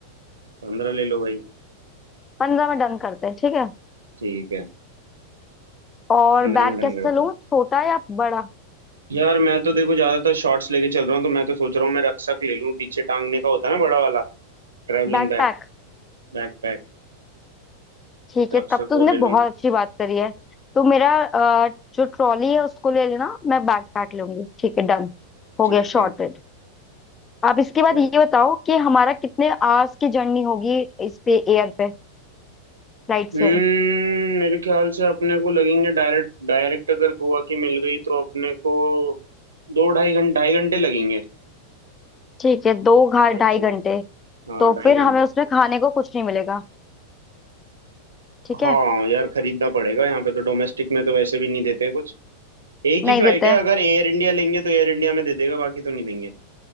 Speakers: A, on the right; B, on the left.
A: पंद्रह ले लो भाई
B: पंद्रह में डन करते हैं ठीक है
A: ठीक है
B: और
A: पंद्रह
B: बैग
A: में डन
B: कैसा
A: करता
B: लूं
A: हूँ
B: छोटा या बड़ा
A: यार मैं तो देखो ज्यादातर शॉर्ट्स लेके चल रहा हूँ तो मैं तो सोच रहा हूँ मैं रक्षक ले लूँ पीछे टांगने का होता है ना बड़ा वाला Travelling
B: बैकपैक
A: bag बैकपैक
B: ठीक है
A: रक्षक
B: तब तुमने
A: वो ले
B: बहुत
A: लूँ
B: अच्छी बात करी है तो मेरा अ, जो ट्रॉली है उसको ले लेना मैं बैकपैक लूंगी ठीक है डन हो
A: ठीक
B: गया शॉर्टेड
A: है
B: अब इसके बाद
A: वो
B: ये बताओ कि हमारा कितने आवर्स की जर्नी होगी इस पे एयर पे फ्लाइट से
A: हम्म मेरे ख्याल से अपने को लगेंगे डायरेक्ट डायरेक्ट अगर गोवा की मिल गई तो अपने को दो ढाई घंटे ढाई घंटे लगेंगे
B: ठीक है दो घा
A: ढाई
B: ढाई
A: से
B: घंटे
A: हाँ
B: तो
A: ढाई
B: फिर हमें
A: घंटे
B: उसमें खाने को कुछ नहीं मिलेगा ठीक
A: हाँ
B: है
A: यार खरीदना पड़ेगा यहाँ पे तो डोमेस्टिक में तो वैसे भी नहीं देते कुछ एक
B: नहीं
A: ही फ्लाइट
B: देते
A: है
B: हैं
A: अगर एयर इंडिया लेंगे तो एयर इंडिया में दे देगा बाकी तो नहीं देंगे